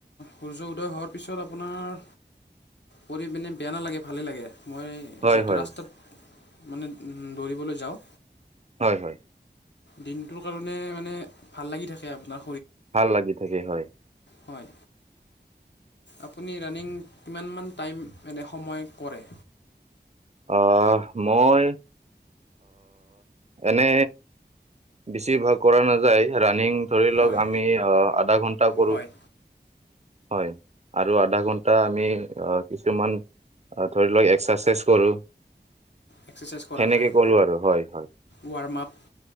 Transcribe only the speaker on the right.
হয়
হয় হয়
হয় হয়।
ভাল লাগি থাকে হয়।
আ মই এনে বেছিভাগ কৰা নাযায় ৰানিং ধৰি লওঁক
আমি আ আধা ঘণ্টা কৰোঁ
হয় আৰু আধা ঘণ্টা আমি কিছুমান আৰু ধৰি লওক এক্সাৰচাইজ কৰোঁ।
সেনেকে
কৰোঁ আৰু হয় হয়।